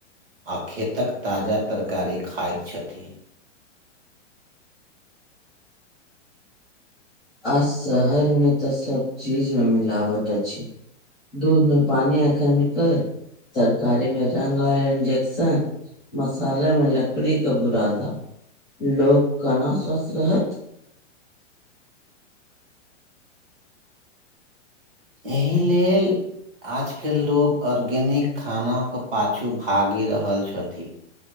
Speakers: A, on the right; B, in the centre.
A: आ खेतक ताजा तरकारी खाइत छथि।
B: आ शहर में तऽ सब चीज में मिलावट अछि। दूध मे पानी आ केमिकल, तरकारी मे रंग आ इंजेक्शन मसाले में लकड़ी क बुरादा लोग केना स्वस्थ रहत।
A: एहि लेल आजकल लोको आर्गेनिक खानाके पाछू भागि रहल छथि।